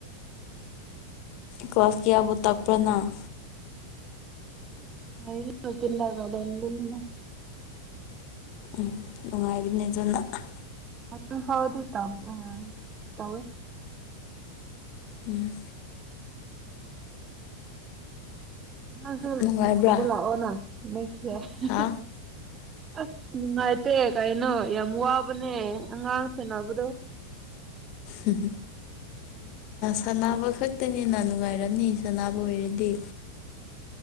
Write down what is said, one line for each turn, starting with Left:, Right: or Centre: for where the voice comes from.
Left: ꯀꯂ꯭ꯥꯁ ꯀꯌꯥꯕꯨ ꯇꯝꯕ꯭ꯔ ꯅꯪ
Right: <unintelligible>
Left: ꯎ ꯅꯨꯡꯉꯥꯏꯕꯅꯤ <unintelligible>
Right: ꯑꯗꯨ ꯐꯥꯎꯗꯤ ꯇꯝꯕꯅ‌ꯦ <unintelligible>
Left: ꯎꯝ
Right: ꯅꯪꯁꯨ
Left: ꯅꯨꯡꯉꯥꯏꯕ꯭ꯔꯥ
Right: ꯍꯧꯒꯠꯂꯛꯑꯣꯅ ꯂꯩꯁ‌ꯦ <unintelligible>
Left: ꯍꯥ
Right: ꯑꯁ ꯅꯨꯡꯉꯥꯏꯇꯦ ꯀꯩꯅꯣ ꯌꯥꯝ ꯋꯥꯕꯅꯦ ꯑꯉꯥꯡ ꯁꯦꯅꯕꯗꯣ
Left: ꯎꯝ ꯁꯥꯟꯅꯕ ꯈꯛꯇꯅꯤꯅ ꯅꯨꯡꯉꯥꯏꯔꯅꯤ ꯁꯅꯕ ꯑꯣꯏꯔꯗꯤ